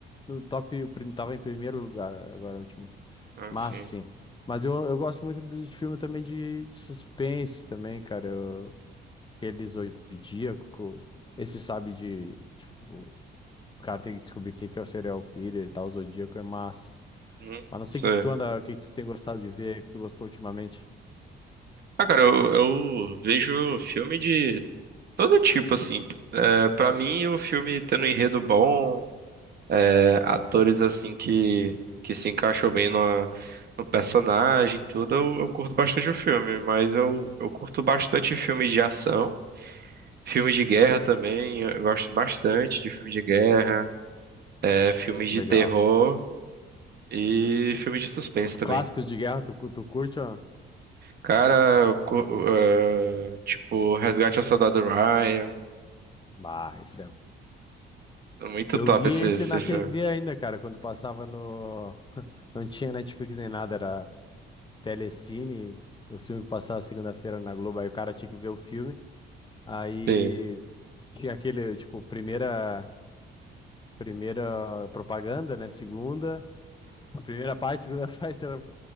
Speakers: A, on the left; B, on the right.
A: no top. o prim- Tava em primeiro lugar agora, o último.
B: Ah,
A: Mas
B: sim.
A: sim. Mas eu, eu gosto muito de filme também de, de suspense também, cara. Eu, aquele Zodíaco. Esse sabe de. Tipo, os caras têm que descobrir o que que é o serial killer e tal. O Zodíaco é massa.
B: Hum,
A: Mas não sei
B: sei.
A: o que que tu anda, o que que tu tem gostado de ver, o que tu gostou ultimamente.
B: Ah, cara, eu, eu vejo filme de Todo tipo, assim. É, para mim, o filme tendo um enredo bom, é, atores,
A: Uhum.
B: assim, que, que se encaixam bem no, no personagem e tudo, eu, eu curto bastante o filme. Mas eu, eu curto bastante filmes de ação, filmes de guerra também. Eu, eu gosto bastante de filmes de guerra, é, filmes
A: Legal.
B: de terror e filmes de suspense
A: Os
B: também.
A: clássicos de guerra, tu, cu- tu curte, ó?
B: Cara, eu cu- eh, tipo, Resgate ao Soldado Ryan.
A: Bah, esse é...
B: Muito
A: Eu
B: top
A: vi
B: esse,
A: esse
B: esse
A: na
B: filme.
A: TV ainda, cara, quando passava no. <laughs> Não tinha Netflix nem nada, era Telecine, o filme que passava segunda-feira na Globo, aí o cara tinha que ver o filme. Aí
B: Sim.
A: tinha aquele, tipo, primeira, primeira propaganda, né? Segunda, <laughs> primeira parte, segunda <laughs> parte, terceira